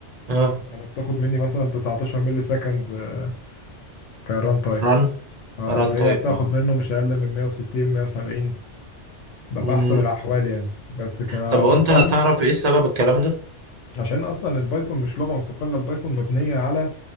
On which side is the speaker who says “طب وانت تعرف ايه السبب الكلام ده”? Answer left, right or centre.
Right